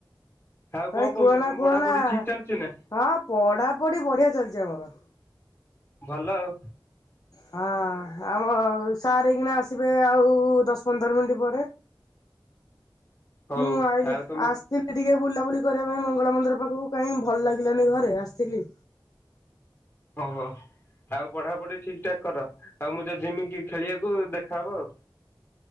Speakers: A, on the left; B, on the left.
A: ଆଉ କଣ
B: ଭାଇ
A: କହୁଛ
B: କୁହନା
A: ତମ
B: କୁହନା।
A: ପଢାପଢି ଠିକ ଚାଲିଛି ନା
B: ହଁ ପଢା ପଢି ବଢିଆ ଚାଲିଛି ଆମର।
A: ଭଲ ଆଉ।
B: ହଁ ଆମ ସାର୍ ହେଇକିଣା ଆସିବେ ଆଉ ଦଶ ପନ୍ଦର୍ ମିନିଟ୍ ପରେ
A: ହଉ
B: ମୁଁ ଆଇ ଯ୍
A: ଆଉ ତମେ
B: ଆସ୍ ଥିଲେ ଟିକେ ବୁଲାବୁଲି କରିବା ପାଇଁ ମଙ୍ଗଳା ମନ୍ଦିର ପାଖକୁ କାଇଁ ଭଲ ଲାଗିଲାନି ଘରେ ଆସିଥିଲି
A: ଓହୋ ଆଉ ପଢାପଢି ଠିକ ଠାକ କର ଆଉ। ମୁଁ ଯଦି ଯିମି କିି ଖେଳିବାକୁ, ଦେଖାହବ ଆଉ।